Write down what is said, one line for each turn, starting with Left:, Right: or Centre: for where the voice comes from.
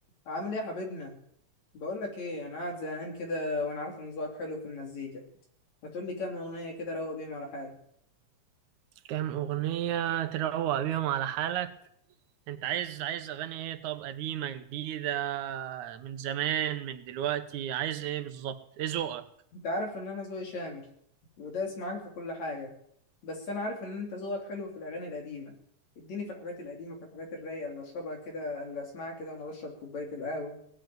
Left: عامل ايه يا حبيبنا بقول لك ايه انا قاعد زهقان كده وانا عارف ان ذوقك حلو في المزيكا ما تقول لي كام اغنيه كده روق بيهم على حاجه
Right: كام أغنية تروق بيهم على حالك انت عايز عايز أغاني ايه طب قديمة جديدة من زمان من دلوقتي عايز ايه بالظبط ايه ذوقك
Left: انت عارف ان انا ذوقي شامل ودايس معاك في كل حاجه بس انا عارف ان انت ذوقك حلو في الاغاني القديمه اديني في الحاجات القديمه في الحاجات الرايقه اللي اشربها كده اللي اسمعها كده وانا بشرب كوبايه القهوه